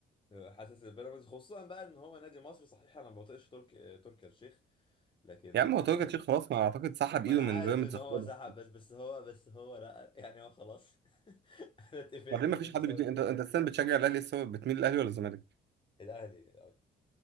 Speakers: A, on the left; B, on the right.
A: آه، حاسس البيراميدز خصوصا بقى ان هو نادي مصري صحيح انا ما بطيقش ترك آه، تركي آل الشيخ لكن
B: يا عم
A: آه،
B: هو تركي الشيخ خلاص ما اعتقد سحب
A: ما
B: ايده
A: انا
B: من
A: عارف
B: بيراميدز
A: ان
B: خالص
A: هو سحب بس بس هو بس هو لا يعني هو خلاص <laughs> انا اتقفلت
B: بعدين ما
A: من
B: فيش
A: نادي
B: حد
A: بسبب
B: بيت... انت انت السنه بتشجع الاهلي لسه بتميل الاهلي ولا الزمالك
A: الاهلي اكتر